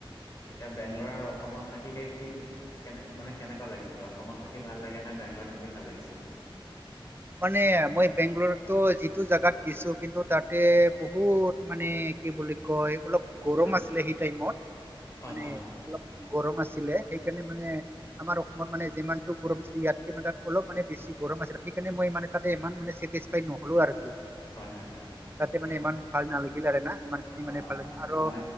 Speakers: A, on the left; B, on the right.
A: এতিয়া বেংলৰ আৰু অসমত। থাকিকে কি কেনে মানে কেনেকুৱা লাগিছিল অসমত থাকি ভাল লাগে নে বেংগলত থাকি ভাল লাগিছিল?
B: মানে মই বেংগলৰত যিটো জেগাত গৈছো কিন্তু তাতে বহুত মানে কি বুলি কয় অলপ গৰম
A: হয়
B: আছিলে সেই টাইমত
A: হয়
B: মানে
A: হয়
B: অলপ। গৰম আছিলে সেইকাৰণে মানে। আমাৰ অসমত মানে যিমানটো গৰম আছিলে ইয়াতকে মানে অলপ মানে বেছি গৰম আছিলেই। সেইকাৰণে মই মানে তাতে ইমান মানে চেটিছফাই নহ'লো আৰু
A: হয় হয় হয়।
B: তাতে মানে ইমান ভাল নালাগিল আৰু না ইমানখিনি
A: অ
B: মানে ভাল লাগিল আৰু
A: মানে